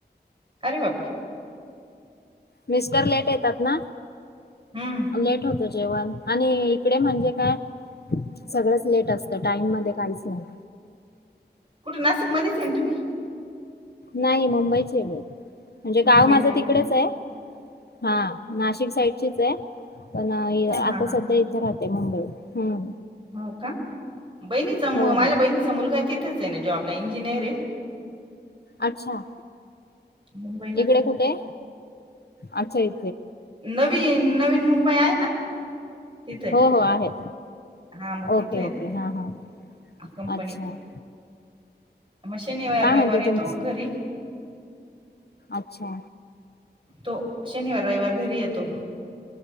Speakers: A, on the right (about 30°); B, on the left (about 65°).
A: अरे बाप.
B: मिस्टर लेट येतात ना
A: हम्म
B: लेट होत. जेवण आणि इकडे म्हणजे काय? सगळंच लेट असत टाईम मध्ये काहीच नाही.
A: कुठे नाशिक मध्येच ये ना तुम्ही
B: नाही मुंबईचे मी. म्हणजे गाव
A: मुंबईला
B: माझं तिकडेच
A: का
B: आहे हा नाशिक साईडचीच आहे. पण
A: हा
B: आता
A: हा हा
B: सध्या इथे राहते मुंबई हम.
A: हो का बहिणीचा
B: हो
A: माझ्या
B: हो
A: बहिणीचा मुलगा तिथेच आहे ना जोब ला आपला इंजिनिअर ते
B: अच्छा
A: मुंबईलाच
B: इकडे कुठे अच्छा इ.
A: नवीन नवीन मुंबई आहे ना. तिथे
B: हो हो आहे.
A: हा मग तिथे
B: ओके
A: येतो
B: ओके हा हा
A: कंपनीत
B: अच्छा.
A: मग शनिवार
B: काय
A: रविवार
B: म्हणते
A: येतो
B: तुमच
A: घरी
B: अच्छा.
A: तो शनिवार रइवार घरी येतो.